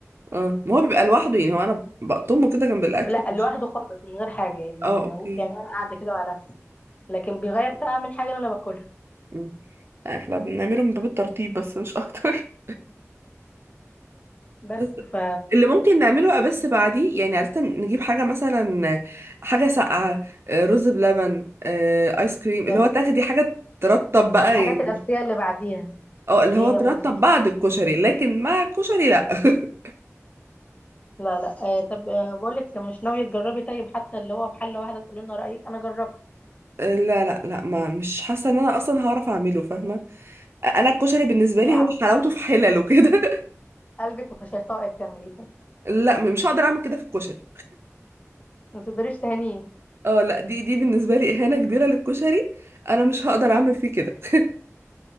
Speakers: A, on the right; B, on the left.
A: اه ما هو بيبقى لوحده يعني هو انا بقطمه كده جنب الاكل
B: لا
A: مش
B: لوحده خالص من غير حاجة يعني
A: اه اوكي
B: يعني أنا قاعدة كده مع نفسي لكن بيغير طعم الحاجة اللي أنا باكلها
A: مم. احنا بنعمله من باب الترطيب بس مش اكتر <laughs>
B: بس
A: بس
B: ف
A: اللي ممكن نعمله بقى بس بعديه يعني عادة نجيب حاجة مثلا حاجة ساقعة آه، رز بلبن آه، آيس كريم
B: بالظبط
A: اللي هو تاخدي حاجة ترطب بقى
B: الحاجات
A: يعني
B: الأساسية اللي بعديها
A: اه اللي
B: اللي
A: هو
B: هي
A: ترطب
B: منها
A: بعد الكشري لكن مع الكشري لا <laughs>
B: لا لا آه طب آه بقولك مش ناوية تجربي طيب حتى اللي هو بحلة واحدة تقولي لنا رأيك أنا جربت
A: لا لا لا ما مش حاسه ان انا اصلا هعرف اعمله فاهمه انا الكشري بالنسبه
B: بتاعك
A: لي هو حلاوته في حلله كده <laughs>
B: قلبك مش هيطاقك تعمليه
A: لا مش هقدر اعمل كده في الكشري
B: ما تقدريش تهانيه
A: اه لا دي دي بالنسبه لي اهانه كبيره للكشري انا مش هقدر اعمل فيه كده <laughs>